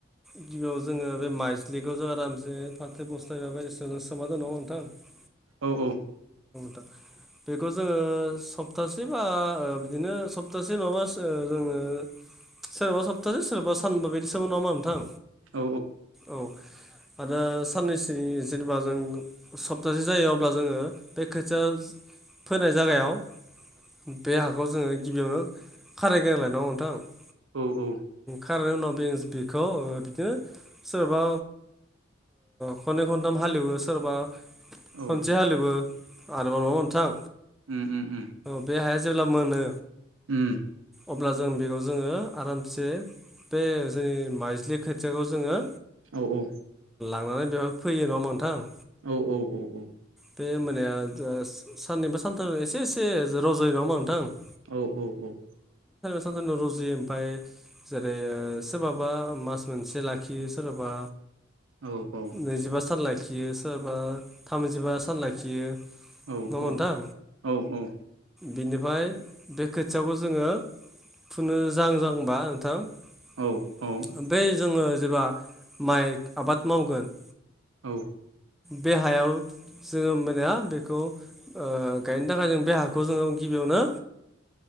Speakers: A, in the centre; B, on the right (about 75°).
A: गिबियाव जोङो बे माइज्लिखौ जों आरामसे फाथो बस्थाय बायदियाव सोमना दोनो नङा होनबा नोंथां
B: औ औ।
A: थार बेखौ जोङो सप्तासे बा बिदिनो सप्तासे माबा ओ जोङो सोरबा सप्तासे सोरबा सानबा बिदिसोमो नङा होनबा नोंथां
B: औ
A: औ। आरो साननैसोनि जेनेबा जों सप्तासे जायो अब्ला जोङो बे खौ खोथिया फोनाय जायगायाव बे बे हाखौ जोङो गिबियावनो खारायग्रोना लागोन नङा होनबा नोंथां?
B: औ औ।
A: खारायनायनि उनाव बे बेखौ ओ बिदिनो सोरबा खनै खनथाम हालेवो सोरबा
B: औ
A: खनसे हालेवो आरोबाव नङा होनबा नोंथां।
B: उम उम उम
A: बे हाया जेब्ला मोनो
B: उम।
A: अब्ला जों बेखौ जोङो आरामसे बे जोंनि माइज्लि खोथियाखौ जोङो
B: औ औ।
A: थांनानै बेवहाय फैयो नङा नोंथां?
B: औ औ औ औ।
A: बे मोनाया साननैबा सानथाम एसे एसे रज'यो नङा होनबा नोंथां?
B: औ औ औ।
A: सनावनो रुजियो ओमफ्राय जेरै सोरबाबा मास मोनसे लाखियो सोरबाबा
B: औ औ
A: नैजिबा सान लाखियो सोरबा थामजिबा सान लाखियो
B: औ
A: नङा होमबा
B: औ
A: नोंथां
B: औ औ।
A: बिनिफ्राय बे खोथियाखौ जोङो फुनो जाहां जाहांबा नोंथां
B: औ औ
A: बे जोङो जेब्ला माइ आबाद मावगोन
B: औ।
A: बे हायाव जोङो मोनाने बेखौ ओ गायनो थाखाय जों बे हाखौ बे खौ जोङो गिबियावनो